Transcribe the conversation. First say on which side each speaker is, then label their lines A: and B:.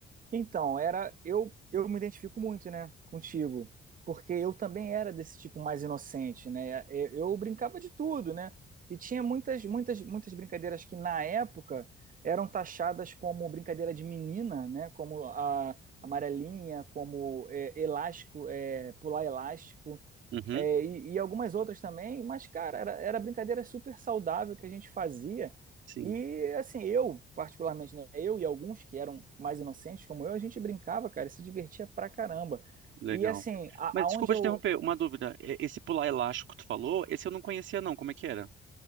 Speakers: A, on the right; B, on the right.
A: Então, era eu eu me identifico muito, né, contigo, porque eu também era desse tipo mais inocente, né? Eu, eu brincava de tudo, né? E tinha muitas muitas muitas brincadeiras que na época eram taxadas como brincadeira de menina, né? Como a amarelinha, como é, elástico, é, pular elástico.
B: Uhum,
A: É, e, e algumas outras também, mas, cara, era, era brincadeira super saudável que a gente fazia.
B: sim,
A: E, assim, eu, particularmente, né, eu e alguns que eram mais inocentes como eu, a gente brincava, cara, e se divertia pra caramba.
B: legal.
A: E, assim, a,
B: Mas
A: aonde
B: desculpa
A: eu.
B: te interromper, uma dúvida. E- Esse pular elástico que tu falou, esse eu não conhecia não. Como é que era?